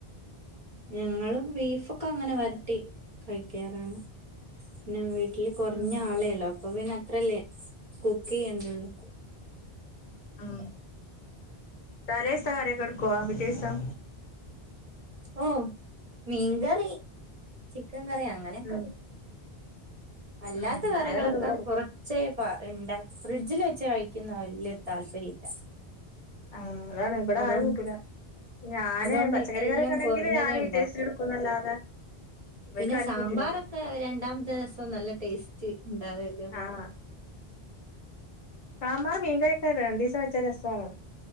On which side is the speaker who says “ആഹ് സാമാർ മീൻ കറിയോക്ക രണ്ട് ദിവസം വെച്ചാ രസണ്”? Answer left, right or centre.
Left